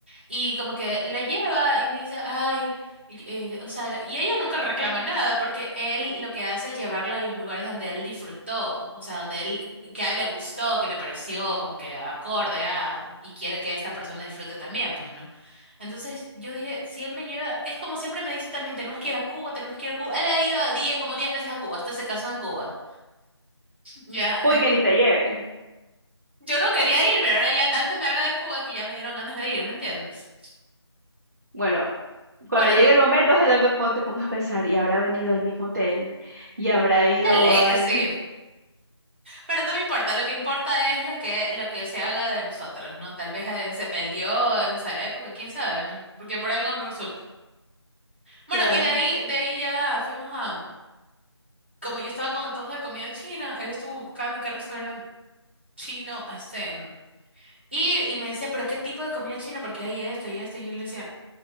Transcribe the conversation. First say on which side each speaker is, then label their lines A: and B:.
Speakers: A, on the right; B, on the right.
A: y como que la lleva y me dice, ay, y- eh, o sea, y ella nunca reclama nada, porque él lo que hace es llevarla a los lugares donde él disfrutó, o sea, donde él, que a él le gustó, que le pareció como que acorde a, y quiere que esta persona disfrute también, pues, ¿no? Entonces yo dije, si él me lleva, es como siempre me dice también, tenemos que ir a Cuba, tenemos que ir a Cuba. Él ha ido a 10, como 10 veces a Cuba, hasta se casó en Cuba. Ya,
B: Uy,
A: entonces
B: que ni te lleve.
A: yo no quería ir, pero ahora ya tanto me habla de Cuba que ya me dieron ganas de ir, ¿me entiendes?
B: Bueno, cuando
A: Bueno,
B: llegue el momento, ojalá no pon- te pongas a pensar, y habrá venido al mismo hotel, y habrá ido
A: de ley
B: al...
A: que sí, pero no me importa, lo que importa es lo que, lo que se haga de nosotros, ¿no? Tal vez eh, se peleó en esa época, quién sabe, ¿no? Porque por algo no resulta. Bueno,
B: <laughs> Claro.
A: y de ahí, de ahí ya fuimos a, como yo estaba con antojo de comida china, él estuvo buscando qué restaurante chino, este Y, y me decía, pero ¿qué tipo de comida china? Porque hay esto y esto. Y yo le decía,